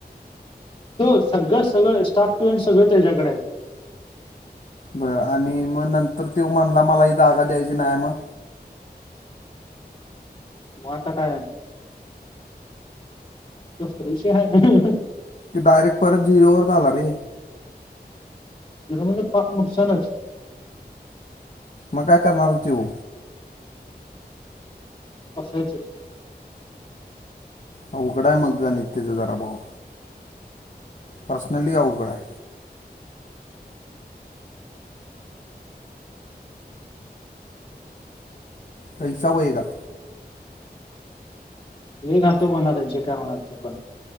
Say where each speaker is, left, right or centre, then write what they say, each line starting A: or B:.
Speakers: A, on the left; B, on the left.
A: तो सगळ सगळ, स्टार्ट टू एंड सगळ त्याच्याकडे आहे.
B: बर, आणि मग नंतर ते म्हणला मला ही जागा द्यायची नाही मग?
A: मोठ काय, तोच तर विषय आहे‌.
B: ते, डायरेक्ट परत झिरोवरच आला रे.
A: झीरो म्हणजे पार नुकसानच.
B: म काय करणार त्यो?
A: कशाचे?
B: अवघड आहे मग गणित त्याच जरा भाऊ. पर्सनली अवघड आहे. पैसा वेयेगा
A: लय घातुक होणार आहे. जे काय होणार ते पण.